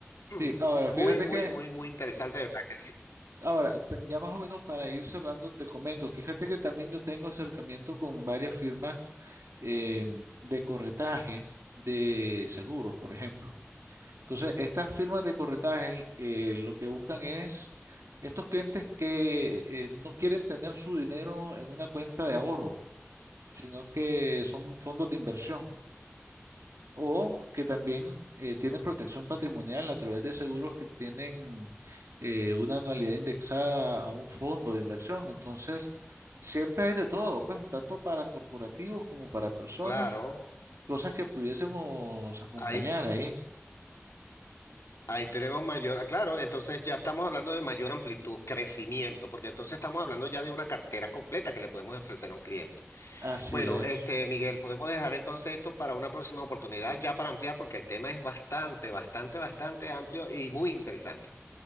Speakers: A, on the left (about 75°); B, on the right (about 80°).
A: <clears throat>
B: Sí, ahora
A: Muy,
B: fíjate
A: muy,
B: que
A: muy, muy interesante, de verdad que sí.
B: Ahora, pe- ya más o menos para ir cerrando, te comento, fíjate que también yo tengo acercamiento con varias firmas eh, de corretaje de seguros, por ejemplo. Entonces, estas firmas de corretaje eh, lo que buscan es estos clientes que eh, no quieren tener su dinero en una cuenta de ahorro, sino que son fondos de inversión o que también eh, tienen protección patrimonial a través de seguros que tienen eh, una anualidad indexada a un fondo de inversión. Entonces, siempre hay de todo, pues, tanto para corporativos como para personas,
A: Claro,
B: cosas que pudiésemos acompañar
A: ahí,
B: ahí.
A: ahí tenemos mayor, ah, claro, entonces ya estamos hablando de mayor amplitud, crecimiento, porque entonces estamos hablando ya de una cartera completa que le podemos ofrecer a un cliente.
B: Así
A: Bueno,
B: es.
A: este, Miguel, podemos dejar entonces esto para una próxima oportunidad, ya para ampliar, porque el tema es bastante, bastante, bastante amplio y muy interesante.